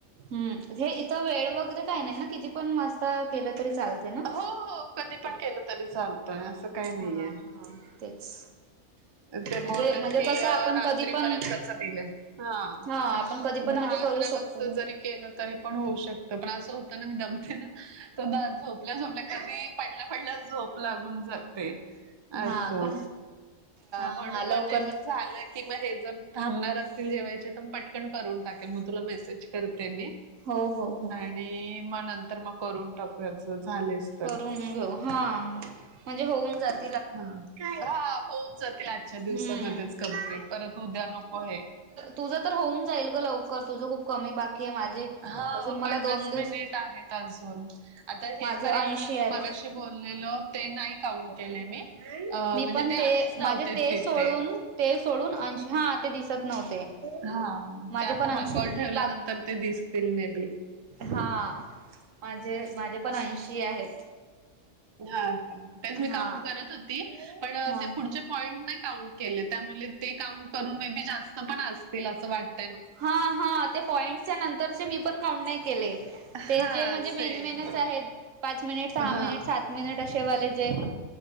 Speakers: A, on the right; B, on the right.
A: हम्म हे इथं वेळ वगैरे काही नाही ना? किती पण वाजता केल तरी चालते ना?
B: हो हो कधी पण केल तरी चाल- अस काही नाहीये
A: हा हा. तेच
B: ते
A: म्हणजे
B: बोललेत
A: म्हणजे
B: की
A: कसं
B: रात्रीपर्यंत
A: आपण कधी पण
B: हां
A: हा आपण कधी पण
B: दहा
A: म्हणजे करू
B: अकरा
A: शकतो
B: वाजता
A: ना
B: जरी केल तरी पण होऊ शकत पण अस होत ना मी दमते ना. <unintelligible> तर झोपल्या झोपल्या कधी पडल्या पडल्या झोप लागून जाते. आस
A: हा
B: हं
A: का हा
B: म्हणून
A: हा लवकर
B: मग जेवण झाल कि मग हे जर थांबणार असतील जेवायचे तर मग पटकन करून टाकेल मग तुला मेसेज करते मी.
A: हो हो हो.
B: आणि मग नंतर मग करून टाकूया झालेच. तर.
A: करून घेऊ हां म्हणजे होऊन जात
B: ह हा होऊन जातील आजच्या दिवसामध्येच
A: हम्म
B: कंप्लीट परत उद्या नको हे.
A: तुझ तर होऊन जाईल ग लवकर, तुझ खूप कमी बाकी आहे माझे
B: हां
A: अजून मला
B: पन्नास
A: दोन दिवसात
B: मिनिट आहेत अजून आता हे
A: माझं
B: तरी
A: ऐंशी
B: आपण आता
A: आहेत
B: मगाशी बोललेलो ते नाही काउंट केले मी. अ
A: मी
B: म्हणजे
A: पण
B: ते आलेच नव्हते
A: माझे ते
B: तिथे.
A: सोडून ते सोडून ऐंशी हा ते दिसत नव्हते
B: हां
A: माझे
B: ते आता
A: पण ऐंशी
B: हा कॉल
A: मिनिट
B: ठेवल्यानंतर ते दिसतील मेबी.
A: हां माझे माझे पण ऐंशी आहेत.
B: हा तेच मी
A: हा
B: काउंट करत होती, पण
A: हा
B: ते पुढ पॉईंट नाय काउंट केले त्यामुले ते काउंट करून मे बी जास्त पण असतील असं वाट
A: हां हां त्या पॉईंटच्या नंतरचे मी पण काउंट नाही केले. ते
B: हां
A: जे म्हणजे
B: सेम.
A: मेनमेनच आहेत, पाच मिनिट, सहा
B: हां
A: मिनिट, सात मिनिट अशे वाले जे.